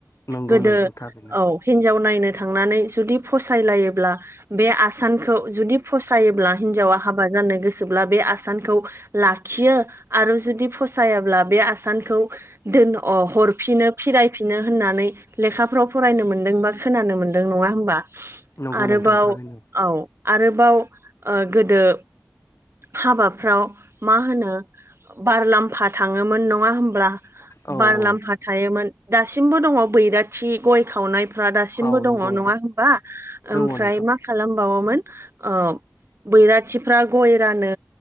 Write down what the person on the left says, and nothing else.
नंगौ
नंगौ थारैनो
नंगौ
नोंथां थारैनो
औ
औ
औ
नंगौ
दङ
नोंथां